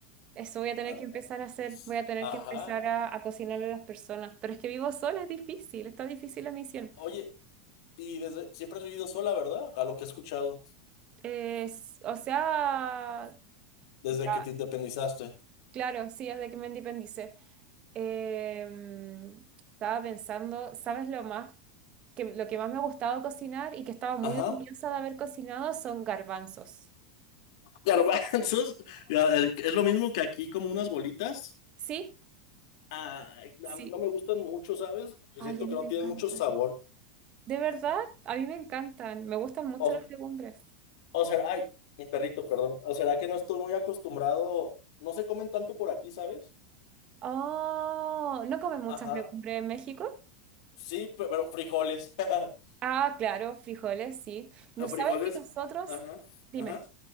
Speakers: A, on the right; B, on the left.
A: Eso voy a tener
B: Ah,
A: que empezar a hacer,
B: es-
A: voy a tener
B: Ajá.
A: que empezar a, a cocinarle a las personas, pero es que vivo sola, es difícil, está difícil la misión.
B: Oye, y desde siempre has vivido sola, ¿verdad? A lo que he escuchado.
A: Es- o sea,
B: Desde
A: ya,
B: que te independizaste.
A: claro, sí, desde que me independicé. Em, estaba pensando, ¿sabes lo más que lo que más me ha gustado cocinar y que estaba muy
B: Ajá.
A: orgullosa de haber cocinado son garbanzos?
B: Garbanzos, ga- es lo mismo que aquí, como unas bolitas.
A: ¿Sí?
B: Ay,
A: Sí.
B: a mí no me gustan mucho, ¿sabes? Yo
A: Ay,
B: Siento
A: a mí
B: que no
A: me
B: tienen
A: encantan.
B: mucho sabor.
A: ¿De verdad? A mí me encantan. Me gustan mucho
B: O,
A: las legumbres.
B: o será, ay, mi perrito, perdón. O será que no estoy muy acostumbrado. No se comen tanto por aquí, ¿sabes?
A: Oh, ¿no comen muchas
B: Ajá.
A: legumbres en México?
B: Sí, pe- pero frijoles. <laughs>
A: Ah, claro, frijoles, sí. ¿No
B: A frijoles,
A: sabes que nosotros?
B: ajá,
A: Dime.
B: ajá.